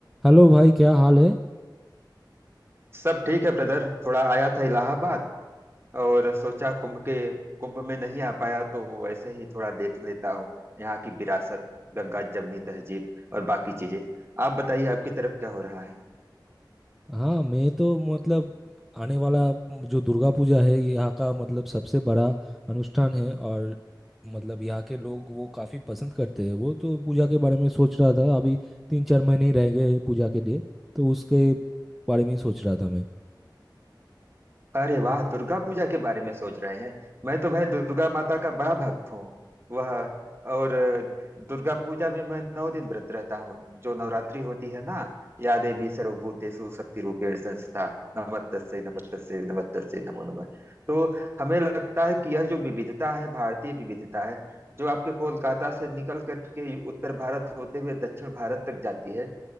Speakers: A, in the centre; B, on the right.
A: Hello भाई क्या हाल है
B: सब ठीक है ब्रदर थोड़ा आया था इलाहाबाद और सोचा कुंभ के कुंभ में नहीं आ पाया तो वैसे ही थोड़ा देख लेता हूँ यहाँ की विरासत गंगा जमनी तहजीब और बाकी चीजें आप बताइए आपकी तरफ क्या हो रहा है
A: हाँ मैं तो मतलब आने वाला जो दुर्गा पूजा है यहाँ का मतलब सबसे बड़ा अनुष्ठान है और मतलब यहाँ के लोग वो काफ़ी पसंद करते हैं वो तो पूजा के बारे में सोच रहा था अभी तीन चार महीने ही रह गए हैं पूजा के लिए तो उसके बारे में ही सोच रहा था मैं
B: अरे वाह दुर्गा पूजा के बारे में सोच रहे हैं मैं तो भाई दुर्गा माता का बड़ा भक्त हूँ वह और अ, दुर्गा पूजा में मैं नौ दिन व्रत रहता हूँ जो नवरात्रि होती है ना या देवी सर्वभूतेषु शक्ति रूपेण संस्था नमस्तस्यै नमस्तस्यै नमस्तस्यै नमो नमः तो हमें लगता है कि यह जो विविधता है भारतीय विविधता है जो आपके कोलकाता से निकल करके उत्तर भारत होते हुए दक्षिण भारत तक जाती है